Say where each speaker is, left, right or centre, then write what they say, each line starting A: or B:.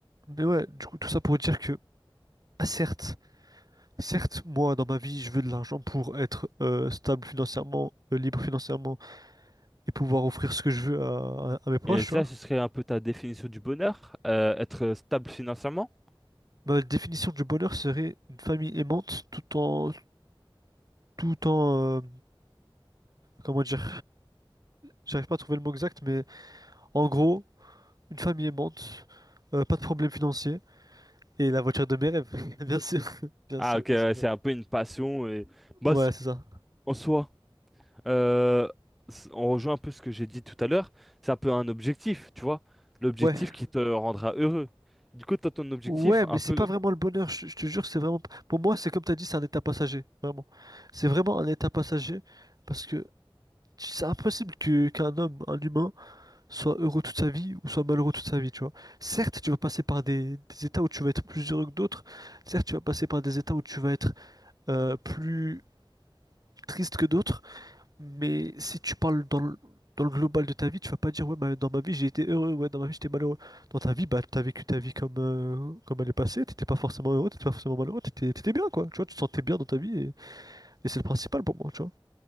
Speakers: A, on the right; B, in the centre.
A: mais ouais, du coup, tout ça pour dire que, ah, certes, certes, moi, dans ma vie, je veux de l'argent pour être euh, stable financièrement, euh, libre financièrement et pouvoir offrir ce que je veux à, à mes proches,
B: Et ça,
A: tu vois.
B: ce serait un peu ta définition du bonheur, euh, être stable financièrement.
A: Ma définition du bonheur serait une famille aimante tout en, tout en, euh, comment dire, j'arrive pas à trouver le mot exact, mais en gros, une famille aimante, euh, pas de problème financier et la voiture de mes rêves, <laughs> bien sûr, <laughs> bien
B: Ah,
A: sûr,
B: ok,
A: bien
B: ouais,
A: sûr.
B: c'est un peu une passion et bah,
A: Ouais,
B: c'est-
A: c'est ça.
B: en soi. Euh, c- on rejoint un peu ce que j'ai dit tout à l'heure, c'est un peu un objectif, tu vois, l'objectif
A: Ouais,
B: qui te rendra heureux. Du coup, t'as ton objectif
A: ouais, mais
B: un
A: c'est
B: peu
A: pas vraiment le bonheur, je, je te jure, c'est vraiment, pour moi, c'est comme t'as dit, c'est un état passager, vraiment. C'est vraiment un état passager parce que c'est impossible que qu'un homme, un humain soit heureux toute sa vie ou soit malheureux toute sa vie, tu vois. Certes, tu vas passer par des, des états où tu vas être plus heureux que d'autres, certes, tu vas passer par des états où tu vas être euh, plus triste que d'autres, mais si tu parles dans le, dans le global de ta vie, tu vas pas dire, ouais, bah, dans ma vie j'ai été heureux, ouais, dans ma vie j'étais malheureux. Dans ta vie, bah, t'as vécu ta vie comme, euh, comme elle est passée, t'étais pas forcément heureux, t'étais pas forcément malheureux, t'étais, t'étais bien, quoi. Tu vois, tu te sentais bien dans ta vie et, et c'est le principal pour moi, tu vois.